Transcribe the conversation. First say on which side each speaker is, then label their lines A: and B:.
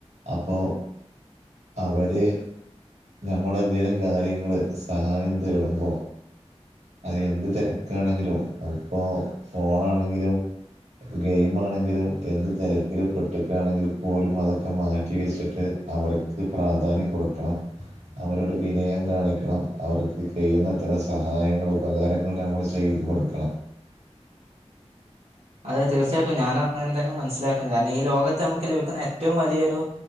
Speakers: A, on the right; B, on the right.
A: അപ്പോ അവര് ഞമ്മടെ എന്തെലും കാര്യങ്ങള് സഹായം തേടുമ്പോ അത് എന്ത് തെരക്കാണെങ്കിലും അത് ഇപ്പോ ഫോണാണെങ്കിലും ഇപ്പം ഗെയിം ആണെങ്കിലും എന്ത് തെരക്കിൽ പെട്ടുക്കയാണെങ്കിലും പോലും അതൊക്കെ മാറ്റിവെച്ചിട്ട് അവർക്ക് പ്രാധാന്യം കൊടുക്കണം അവരോട് വിനയം കാണിക്കണം അവർക്ക് കെയുന്നത്ര സഹായങ്ങള് ഉപകാരങ്ങൾ നമ്മൾ ചെയ്തു കൊടുക്കണം.
B: അത് തീർച്ചയായിട്ടും ഞാൻ അങ്ങനെ തന്നെ മനസ്സിലാക്കുന്നു കാരണം ഈ ലോകത്തെ നമുക്ക് ലഭിക്കുന്ന ഏറ്റോം വലിയൊരു